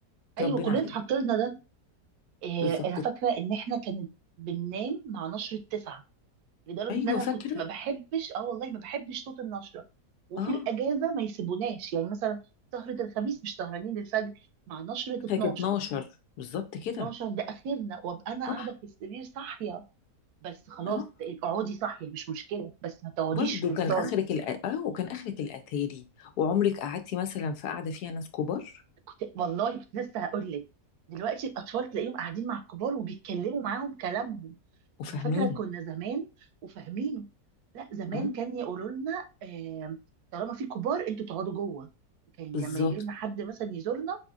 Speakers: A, on the left; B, on the right.
A: تربينا
B: ايوه كلنا
A: عليه
B: اتحط لنا ده إيه
A: بالظبط
B: انا فاكره ان احنا كانت بننام مع نشره تسعة لدرجه
A: ايوه
B: ان انا
A: فاكره
B: كنت ما بحبش اه والله ما بحبش صوت النشره وفي
A: اه
B: الاجازه ما يسيبوناش يعني مثلا سهره الخميس مش سهرانين للفجر مع نشره 12
A: كانت 12 بالظبط
B: 12
A: كده
B: ده اخرنا وابقى انا
A: صح
B: قاعده في السرير صاحيه بس خلاص
A: اه
B: اقعدي صاحيه مش مشكله بس ما تقعديش
A: برضه
B: في
A: كان
B: الصاله
A: اخرك الأ... اه آه، وكان اخرك الاتاري وعمرك قعدتي مثلا في قعده فيها ناس كبار
B: كنت والله كنت لسه هقول لك دلوقتي الاطفال تلاقيهم قاعدين مع الكبار وبيتكلموا معاهم كلامهم
A: وفاهمين
B: انا فاكره كنا زمان وفاهمينه لا زمان
A: امم
B: كان يقولوا لنا آه، طالما في كبار انتوا تقعدوا جوه كان
A: بالظبط
B: لما يجي لنا حد مثلا يزورنا